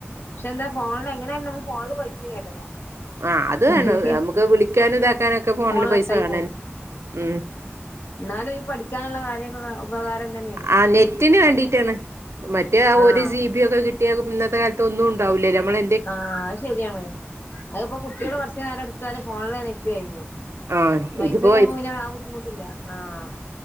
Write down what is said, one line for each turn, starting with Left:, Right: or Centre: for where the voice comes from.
Left: ക്ഷെ എന്താ ഫോൺല് എങ്ങനെയായാലും ഫോണില് പൈസിം കേറ്റണം.
Right: ആഹ് അത് വേണം.
Left: അല്ലെങ്കിൽ
Right: നമുക്ക് വിളിക്കാനും ഇതാക്കാനൊക്കെ ഫോൺല്
Left: ഫോണ്
Right: പൈസ
Left: കട്ടായി
Right: വേണെ ഉം
Left: ന്നാലും ഈ പഠിക്കാനുള്ള കാര്യക്കൊക്കെ ഉപകാരം തന്നേണ്.
Right: ആ നെറ്റിന് വേണ്ടിട്ടാണ്. മറ്റേ
Left: ആഹ്
Right: ഒരു ജിബിയൊക്കെ കി ട്ടിയാ ഇന്നത്തെ കാൽത്ത് ഒന്നും ഉണ്ടാവുലല്ലോ നമ്മള്
Left: ആഹ് അത് ശരിയാണ്. അത്പ്പോ കുട്ട്യാള്
Right: ഇത്
Left: കൊർച് നേരംഇട്ത്താല് ഫോൺല് നെറ്റ് കഴിഞ്ഞു.
Right: ആ
Left: വൈഫൈ
Right: ഇതിപ്പോ
Left: ആവുമ്പോ പിന്നെ ആ ബുദ്ധിമുട്ടില്ല ആഹ്